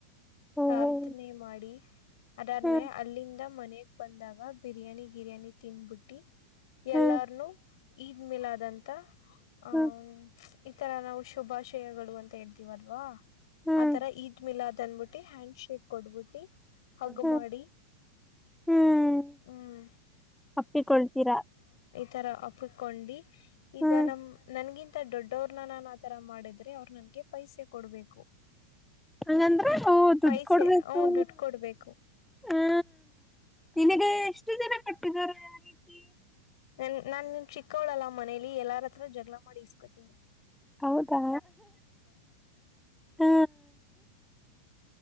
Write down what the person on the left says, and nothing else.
ಪ್ರಾರ್ಥನೆ ಮಾಡಿ ಅದನ್
ಅಲ್ಲಿಂದ ಮನೆಗ್ ಬಂದಾಗ ಬಿರಿಯಾನಿ ಗಿರಯಾನಿ ತೀನ್ ಬುಟ್ಟಿ
ಎಲ್ಲಾರ್ನುೂ ಈದ್ ಮಿಲಾದ್ಂತ ಆ
ಈತರ ನಾವು ಶುಭಾಶಯಗಳು ಅಂತ ಹೇಳ್ತಿೀವಲ್ವಾ
ಆತರ ಈದ್ ಮಿಲಾದ್ ಅನ್ಬಿಟ್ಟ ಹ್ಯಾಂಡ್ ಶೇಕ್ ಕೊಡ್ಬಿಟ್ಟಿ ಹಗ್ಗ
ಮಾಡಿ
ಹ್ಮ್
ತರ ಅಪ್ಕೊಂಡಿ ಈಗ
ನಮ ನನ್ಗಿಂತ ಮ ದೊಡ್ಡವ್ರನ್ನ ನಾನು ಆತರ ಮಾಡಿದ್ರೆ ಅವ್ರು ನನ್ಗೆ ಪೈಸೆ ಕೊಡ್ಬೇಕು
ಪೈಸೆ
ಹ್ಮ ದುಡ್ಡು ಕೊಡ್ಬೇಕು
ನ ನಾನ್ ಚಿಕ್ಕೋಳಲ್ಲ ಮನೇಲಿ ಎಲ್ಲಾರ ಹತ್ರ ಜಗಳ ಮಾಡಿ ಇಸ್ಕೋತೀನಿ